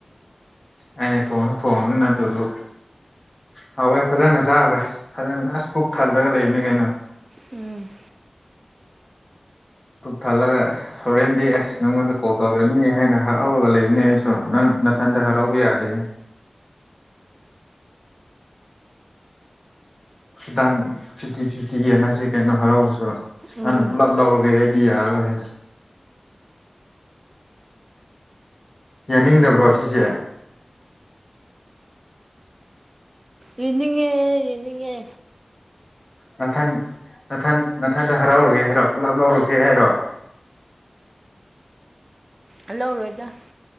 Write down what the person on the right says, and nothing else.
ꯎꯝ
ꯎꯝ
ꯎꯝ
ꯌꯦꯅꯤꯡꯉꯦ ꯌꯦꯅꯤꯡꯉꯦ
ꯂꯧꯔꯣꯏꯗ